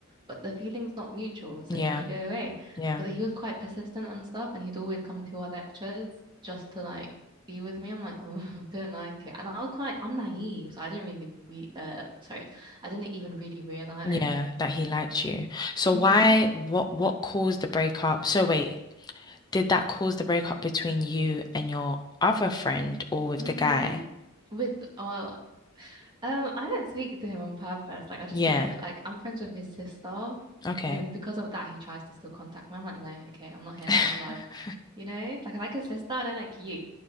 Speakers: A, on the right; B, on the left.
A: but the feeling's not mutual, so
B: Yeah,
A: can you go away?
B: yeah,
A: But he was quite persistent and stuff, and he'd always come to our lectures just to like be with me. I'm like, oh, <laughs> I don't like it, and I was quite, I'm naive, so I didn't really re uh, sorry, I didn't even really realize.
B: yeah, that he liked you. So
A: Mm-hmm.
B: why, what what caused the breakup? So wait, did that cause the breakup between you and your other friend or with
A: Mm-hmm.
B: the guy?
A: With uh, Um, I don't speak to him on purpose. Like, I just
B: Yeah.
A: don't ref like I'm friends with his sister.
B: Okay.
A: Then because of that, he tries to still contact me. I'm like, no, okay, I'm not here.
B: <laughs>
A: I'm not alive. You know, like I like his sister. I don't like you.